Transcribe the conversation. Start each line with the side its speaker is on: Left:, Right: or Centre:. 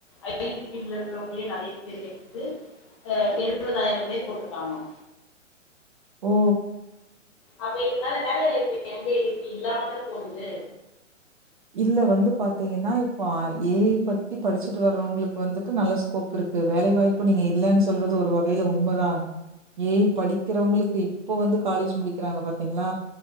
Left: ஐ டி ஃபீல்டுல இருக்கறவங்களயே நெறைய பேர் எடுத்துட்டு ஆ எழுவதாயிரம் பேர் போட்ருக்காங்களா
Right: ஓ
Left: அப்ப இதனால வேலை வாய்ப்பு எங்க இருக்கு இல்லாம தான போகுது
Right: இல்ல வந்து பாத்தீங்கன்னா இப்ப ஏ ஐ பத்தி படிச்சுட்டு வர்றவங்களுக்கு வந்துட்டு நல்ல ஸ் கோப் இருக்கு வேலைவாய்ப்பு நீங்க இல்லன்னு சொல்றது ஒரு வகையில உண்மதா ஏ ஐ படிக்கிறவங்களுக்கு இப்ப வந்து காலேஜ் முடிக்கிறாங்க பாத்தீங்களா